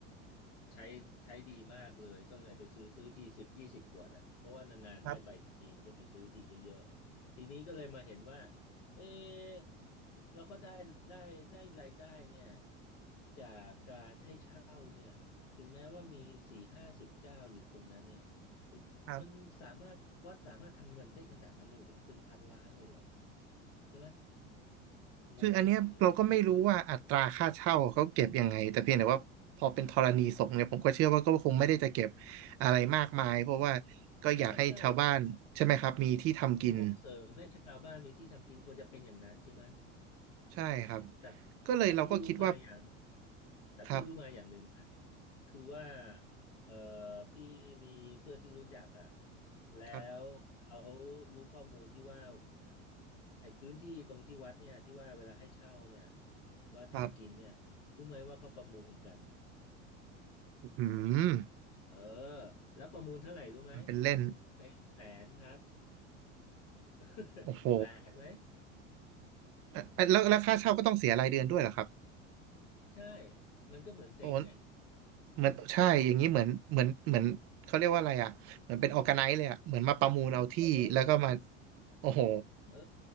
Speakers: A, on the left; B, on the right.
A: ใช้ใช้ดีมากเลยก็เลยไปซื้อซื้อทีสิบยี่สิบขวดอ่ะเพราะว่านานๆได้ไปทีนก็ไปซื้อทีเยอะๆทีนี้ก็เลยมาเห็นว่า
B: ครับ
A: เอ๊ะแล้วก็ได้ได้ได้รายได้เนี่ยจากการให้เช่าเนี่ย ถึงแม้ว่ามีสี่ห้าสิบเจ้าอยู่ตรงนั้นเนี่ยมันมันสามารถวัดสามารถทำเงินได้ขนาดนั้นเลยเหรอเป็นพันล้านเลยเหรอ
B: ครับ
A: ใช่ไหมงงมากเลยอ่ะ
B: คืออันเนี้ยเราก็ไม่รู้ว่าอัตราค่าเช่าเขาเก็บยังไงแต่เพียงแต่ว่าพอเป็นธรณีสงฆ์เนี่ยผมก็เชื่อว่าก็คงไม่ได้จะเก็บอะไรมากมายเพราะว่าก็อยากให้ชาวบ้านใช่ไหมครับมีที่ทำกิน
A: ใช่ใช่ใช่ส่งเสริมให้ชาวบ้านมีที่ทำกินควรจะเป็นอย่างนั้นใช่ไหม
B: ใช่ครับ
A: แต่
B: ก็เลยเราก็คิดว่า
A: แต่พี่รู้มาอย่างแต่พี่รู้มาอย่างหนึ่งนะ
B: ครับ
A: คือว่าเอ่อพี่มีเพื่อนที่รู้จักอ่ะแล้วเขา
B: ครับ
A: รู้ข้อมูลที่ว่า ไอ้พื้นที่ตรงที่วัดเนี่ยที่ว่าเวลาให้เช่าเนี่ยว่าทำกินเนี่ยรู้ไหมว่าเขาประมูลกัน
B: ครับอืม
A: เออแล้วประมูลเท่าไหร่รู้ไหม
B: มันเป็นเล่น
A: เป็นแสนครับ <laughs>
B: โอ้โห
A: แปลกไหม
B: อ่ะแล้วแล้วค่าเช่าก็ต้องเสียรายเดือนด้วยเหรอครับ
A: ใช่มันก็เหมือนเซ้งไง
B: โอ้ เหมือนใช่อย่างนี้เหมือนเหมือนเหมือนเขาเรียกว่าอะไรอ่ะเหมือนเป็นออร์แกไนซ์เลยอ่ะเหมือนมาประมูลเอาที่แล้วก็มา
A: เออ
B: โอ้โห
A: เออ